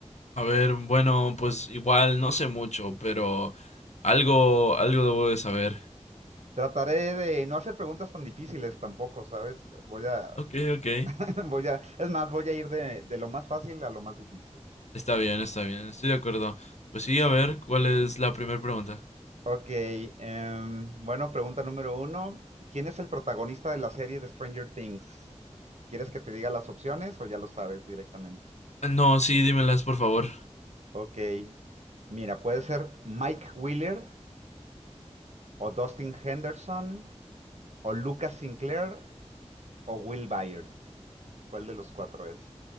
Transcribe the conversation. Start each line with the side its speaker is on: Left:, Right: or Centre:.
Left: A ver, bueno, pues igual no sé mucho, pero algo, algo debo de saber.
Right: Trataré de no hacer preguntas tan difíciles tampoco, ¿sabes? Voy a,
Left: Ok, ok,
Right: <laughs> voy a, es más, voy a ir de, de lo más fácil a lo más difícil.
Left: está bien, está bien, estoy de acuerdo. Pues sí, a ver, ¿cuál es la primera pregunta?
Right: Ok, em, bueno, pregunta número uno. ¿Quién es el protagonista de la serie de Stranger Things? ¿Quieres que te diga las opciones o ya lo sabes directamente?
Left: No, sí, dímelas, por favor.
Right: Ok, mira, puede ser Mike Wheeler, o Dustin Henderson, o Lucas Sinclair, o Will Byers. ¿Cuál de los cuatro es?